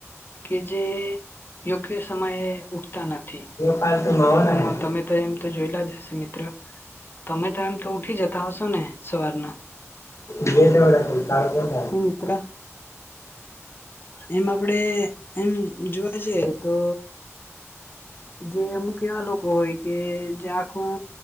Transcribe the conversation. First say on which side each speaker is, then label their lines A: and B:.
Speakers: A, on the left; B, on the left.
A: કે જે યોગ્ય સમયે ઉઠતા નથી.
B: પાાર તો માવાન.
A: આમાં તમે તો એમ તો જોયેલા જ હશે મિત્ર. તમે તો એમ તો ઉઠી જતા હશો ને સવારના.
B: <unintelligible>
A: મિત્ર એમ આપડે એમ જોવા જઈએ તો જે અમુક એવા લોકો હોય કે જે આખું